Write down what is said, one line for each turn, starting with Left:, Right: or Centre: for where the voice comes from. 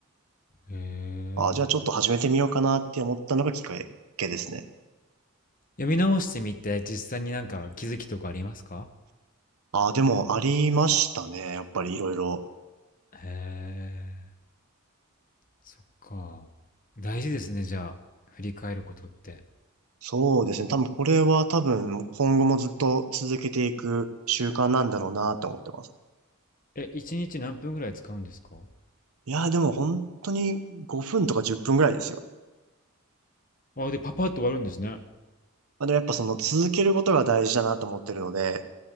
Left: うん。へ
Right: ああ、じゃあちょっと始めてみようかなって思ったのがきっかけですね。
Left: え。読み直してみて、実際になんか気づきとかありますか？
Right: ああ、でもありましたね。やっぱりいろいろ。
Left: へえ、そっか。大事ですね、じゃあ、振り返ることって。
Right: そうですね。多分これは多分今後もずっと続けていく習慣なんだろうなと思ってます。
Left: え、1日何分ぐらい使うんですか
Right: いやー、でも本当に5分とか10分ぐらいですよ。
Left: あ、で、パパッと終わるんですね。
Right: まあ、でもやっぱその続けることが大事だなと思ってるので、